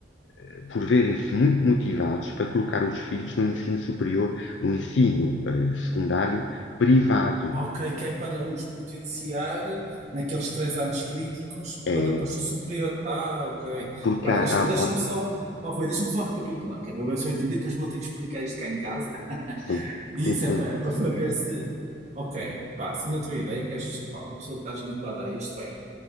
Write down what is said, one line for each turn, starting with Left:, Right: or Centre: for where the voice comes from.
Left: eh, por verem-se muito motivados para colocar os filhos no ensino superior, no ensino eh, secundário privado.
Right: Ok, que é para os potenciar naqueles três anos críticos
Left: É,
Right: para depois no superior. Ah, ok.
Left: porque
Right: Peraí,
Left: há,
Right: deixa,
Left: há-
Right: deixa-me
Left: há-
Right: só, oh, Rui, deixa-me só recapitular, que é para ver se eu entendi, depois vou ter que explicar isto cá em casa. <laughs>
Left: sim,
Right: E
Left: sim,
Right: isso
Left: sim.
Right: é para, é para ver se. Ok, pá, segundo a tua ideia, que és, pá, uma pessoa que estás habituada a isto é